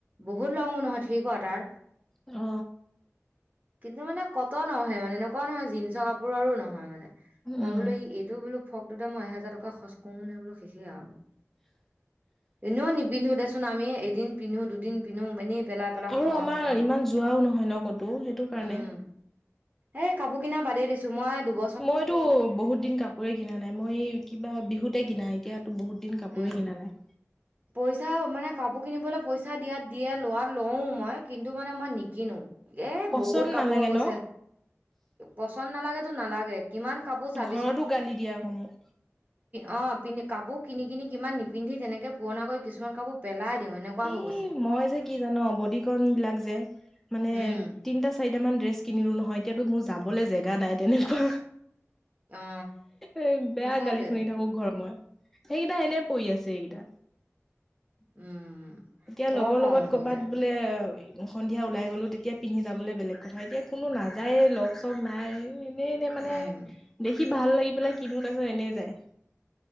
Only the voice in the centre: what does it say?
অ।
উম।
আৰু
আমাৰ
ইমান যোৱাও নহয় ন ক'তো সেইটো কাৰণে।
মইতো বহুত দিন কাপো। কাপোৰে কিনা নাই মই এই কিবা বিহুতে কিনা এতিয়াতো বহুত দিন কাপোৰেই
কিনা নাই।
পচন্দ
নালাগে
ন?
ঘৰতো গালি দিয়ে আকৌ মোক।
এই
মই যে কি জানো বদিকন বিলাক যে মানে
তিনটা। চাৰিট মান ড্ৰেছ কিনিলো নহয় এতিয়াতো মোৰ যাবলৈ জেগা নাই তেনেকুৱা।
এ বেয়া
গালি শুনি থাকো ঘৰত মই। সেইকেইটা এনে পৰি আছে এইকেইটা।
এতিয়া
লগৰ
লগত
কৰ'বাত
বোলে। সন্ধিয়া ওলাই গ'লো তেতিয়া পিন্ধি যাবলৈ বেলেগ কথা এতিয়া কোনো নাযায় লগ চক নাই। এনেই এনেই মানে
দেখি ভাল লাগি পেলাই কিনো তাৰ পিছত এনেই যায়।